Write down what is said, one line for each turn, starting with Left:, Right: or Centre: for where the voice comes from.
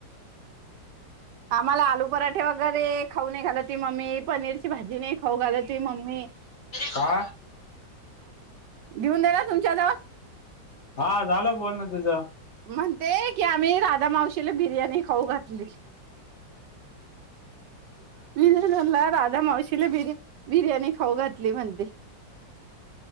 Right: आम्हाला आलू पराठे वगैरे खाऊ नाही घालत त मम्मी पनीरची भाजी नाही खाऊ घालत हो मम्मी म हमं
Left: का
Right: घेऊन दला तुमच्या जव
Left: हा झालं बोल ना तुझं
Right: म्हणते की आम्ही राधा मावशीला बिर्याणी खऊ घातली. मी म्हला राधा मावशीने बिर्या बिर्याणी खाऊ घातली म्हणते,